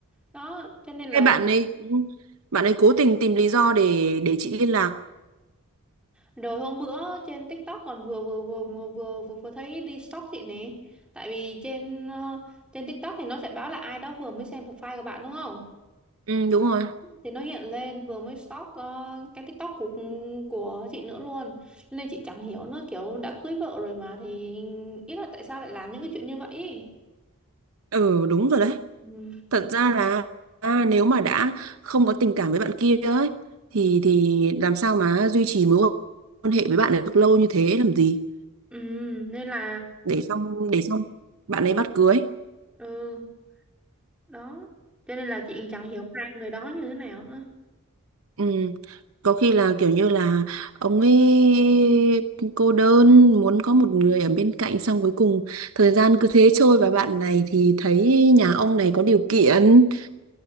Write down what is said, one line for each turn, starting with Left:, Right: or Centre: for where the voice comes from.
Centre: đó cho nên
Right: Cái
Centre: là
Right: bạn ấy ừ, bạn ấy cố tình tìm lý do để để chị liên lạc.
Centre: rồi hôm bữa trên TikTok còn vừa vừa vừa vừa vừa vừa, vừa thấy đi stalk chị nè tại vì trên ờ, trên TikTok thì nó sẽ báo là ai đó vừa mới xem profile của bạn đúng không
Right: Ừ đúng rồi.
Centre: thì nó hiện lên vừa mới stalk ờ, cái TikTok của của chị nữa luôn nên chị chẳng hiểu nữa kiểu đã cưới vợ rồi mà thì ý là tại sao lại làm những cái chuyện như vậy ý.
Right: Ừ đúng rồi đấy.
Centre: ừ.
Right: Thật ra là à, nếu mà đã không có tình cảm với bạn kia ấy thì thì làm sao mà duy trì mối quan hệ với bạn ấy được lâu như thế làm gì?
Centre: Ừ, nên là
Right: Để xong để xong bạn ấy bắt cưới.
Centre: ừ đó cho nên là chị chẳng hiểu hai người đó như thế nào nữa
Right: Ừ. Có khi là kiểu như là ông ấy cô đơn muốn có một người ở bên cạnh xong cuối cùng thời gian cứ thế trôi và bạn này thì thấy nhà ông này có điều kiện